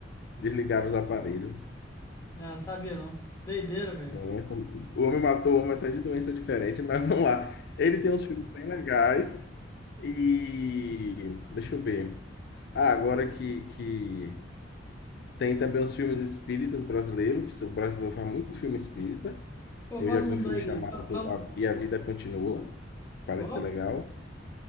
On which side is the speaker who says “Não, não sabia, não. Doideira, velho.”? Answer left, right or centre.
Left